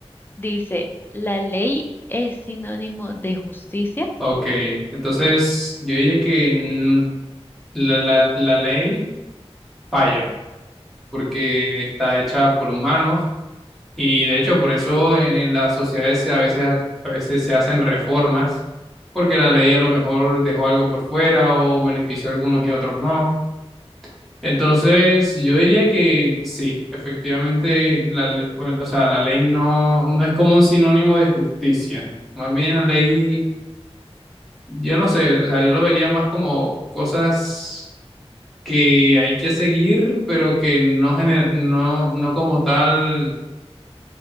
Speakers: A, on the left (about 20°); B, in the centre.
A: Dice, ¿la ley es sinónimo de justicia?
B: Ok, entonces yo diré que mm, la, la, la ley falla porque está hecha por humanos y de hecho por eso en, en las sociedades se- a veces, a veces se hacen reformas porque la ley a lo mejor dejó algo por fuera o benefició a algunos y a otros no. Entonces, yo diría que sí, efectivamente, la, le- pues, o sea, la ley no, no es como un sinónimo de justicia. Más bien la ley, yo no sé, o sea, yo lo vería más como cosas que hay que seguir, pero que no, gener- no, no como tal